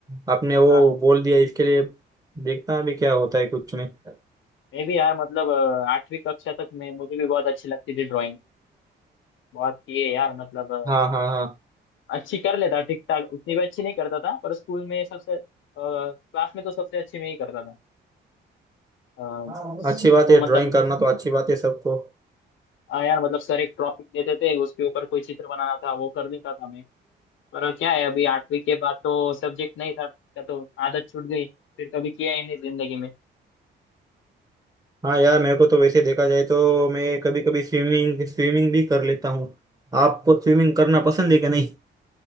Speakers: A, on the right; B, on the left.
A: आपने वो
B: हाँ हाँ।
A: बोल दिया इसके लिए देखता हूँ अभी क्या होता है कुछ नहीं
B: मैं भी यार मतलब अ, आठवीं कक्षा तक मैं मुझे भी बहुत अच्छी लगती थी ड्राइंग बहुत किए यार मतलब अ,
A: हाँ हाँ
B: अच्छी कर लेता ठीक ठाक उतनी भी अच्छी नहीं करता था पर स्कूल में सबसे क्लास में तो सबसे अच्छी में ही करता था अ,
A: हाँ
B: सर
A: अच्छी बात
B: तो
A: है
B: मतलब
A: ड्राइंग करना तो अच्छी बात है सबको
B: अ, यार मतलब सर एक टॉपिक देते थे उसके ऊपर कोई चित्र बनाना था वो कर लेता था मैं पर क्या है अभी आठवीं के बाद तो सब्जेक्ट नहीं था क्या तो आदत छूट गई फिर कभी किया ही नहीं जिंदगी में
A: हाँ यार मेरे को तो वैसे देखा जाए तो मैं कभी कभी स्विमिंग स्विमिंग भी कर लेता हूँ आपको स्विमिंग करना पसंद है क्या नहीं